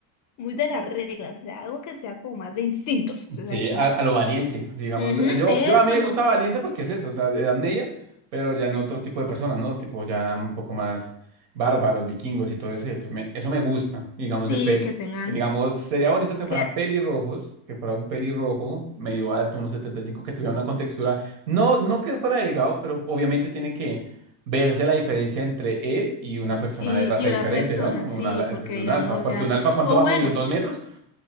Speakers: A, on the left; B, on the right.
A: muy de las reglas. O sea, algo que sea como más de instintos. Entonces
B: Sí,
A: ahí tienen.
B: a, a lo valiente, digamos.
A: Ujú,
B: eh, Yo,
A: eso
B: yo a mí me
A: lo
B: gusta valiente porque es eso, o sea, edad media, pero ya en otro tipo de personas, ¿no? Tipo ya un poco más bárbaros, vikingos y todo eso, y eso me, eso me gusta, digamos,
A: Sí,
B: el pel.
A: que tengan
B: Digamos, sería bonito que fueran
A: que
B: pelirrojos, que fuera un pelirrojo medio alto, unos 75, que tuviera una contextura, no, no que fuera delgado, pero obviamente tiene que verse la diferencia entre él y una persona
A: y,
B: de raza
A: y
B: diferente,
A: una persona,
B: ¿no? Una,
A: sí,
B: de
A: porque digamos
B: un alfa, porque
A: ya.
B: un alfa, ¿cuánto
A: O
B: va
A: bueno,
B: a medir? ¿Dos metros?